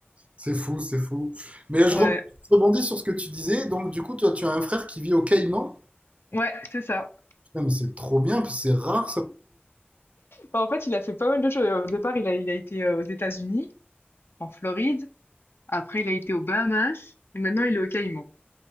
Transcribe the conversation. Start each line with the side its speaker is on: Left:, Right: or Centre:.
Right: c'est fou, c'est fou. c'est fou. Mais
Left: Ouais.
Right: je re- je rebondis sur ce que tu disais. Donc, du coup, toi, tu as un frère qui vit au Caïman.
Left: Ouais, c'est ça.
Right: Putain, mais c'est trop bien, puis c'est rare ça.
Left: Enfin, en fait, il a fait pas mal de choses. Au départ, il a, il a été euh, aux États-Unis, en Floride. Après, il a été aux Bahamas. Et maintenant, il est aux Caïmans.